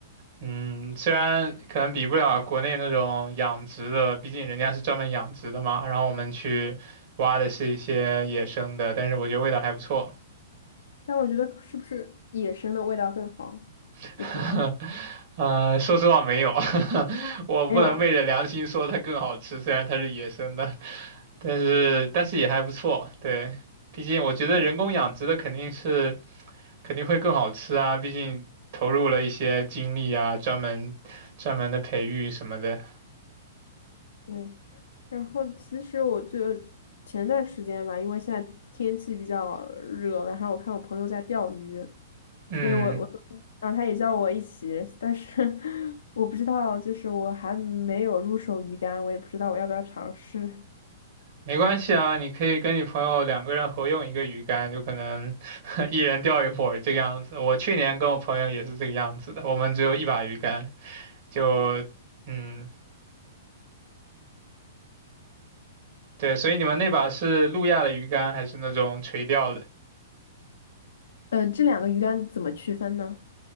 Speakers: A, on the right; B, on the left.
A: 嗯，虽然可能比不了国内那种养殖的，毕竟人家是专门养殖的嘛，然后我们去挖的是一些野生的，但是我觉得味道还不错。
B: 但我觉得是不是野生的味道更好
A: <laughs>
B: 一点？
A: 啊说实话没有，<laughs> 我不能昧着良心说它更好吃，
B: 没有，
A: 虽然它是野生的，但是但是也还不错。对，毕竟我觉得人工养殖的肯定是
B: 嗯，
A: 肯定会更好吃啊，毕竟投入了一些精力啊，专门专门的培育什么的。
B: 对。然后其实我就前段时间吧，因为现在天气比较热了然后我看我朋友在钓鱼，
A: 嗯。
B: 所以我我，然后他也叫我一起，但是 <laughs> 我不知道，就是我还没有入手鱼竿，我也不知道我要不要尝试。
A: 没关系啊，你可以跟你朋友两个人合用一个鱼竿，就可能 <laughs> 一人钓一会儿这个样子。我去年跟我朋友也是这个样子的，我们只有一把鱼竿，就嗯，对，所以你们那把是路亚的鱼竿还是那种垂钓的？
B: 呃，这两个鱼竿怎么区分呢？